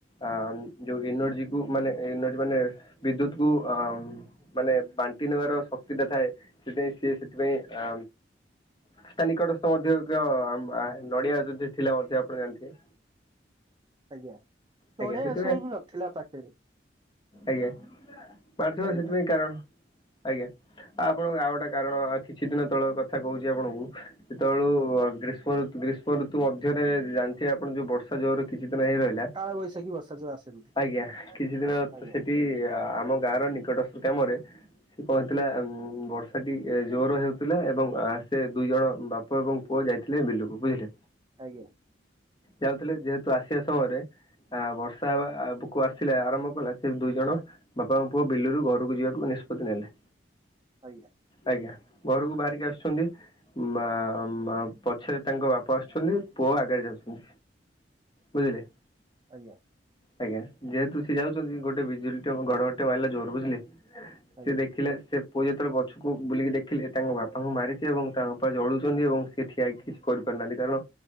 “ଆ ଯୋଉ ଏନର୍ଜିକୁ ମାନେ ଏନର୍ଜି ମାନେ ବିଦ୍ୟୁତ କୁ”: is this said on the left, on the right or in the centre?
Left